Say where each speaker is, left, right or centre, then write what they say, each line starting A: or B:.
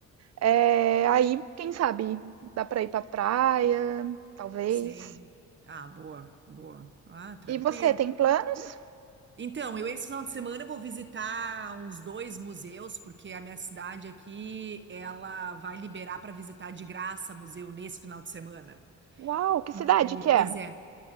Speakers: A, on the right (about 55°); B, on the right (about 40°).
A: é, aí quem sabe dá pra ir pra praia, talvez.
B: Sim. Ah, boa, boa. Ah, tranquilo.
A: E você tem planos?
B: Então, eu esse final de semana vou visitar uns dois museus, porque a minha cidade aqui, ela vai liberar para visitar de graça museu nesse final de semana.
A: Uau, que
B: E,
A: cidade que é?
B: pois é,